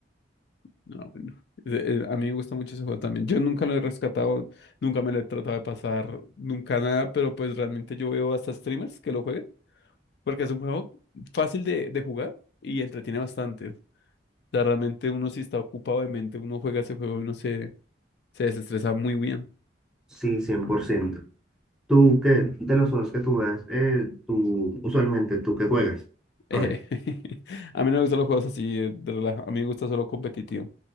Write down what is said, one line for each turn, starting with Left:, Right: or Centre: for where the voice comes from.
Left: No bueno. Eh, eh, A mí me gusta mucho ese juego también. Yo nunca lo he rescatado, nunca me lo he tratado de pasar, nunca nada, pero pues realmente yo veo hasta streamers que lo jueguen, porque es un juego fácil de, de jugar y entretiene bastante. O sea, realmente uno si está ocupado de mente, uno juega ese juego y uno se, se desestresa muy bien.
Centre: Sí, 100%. Tú que de los juegos que tú juegas, eh, tú usualmente tú que juegas.
Left: Eh,
Centre: A ver,
Left: <laughs> a mí no me gustan los juegos así eh, de relaja, a mí me gusta solo competitivo.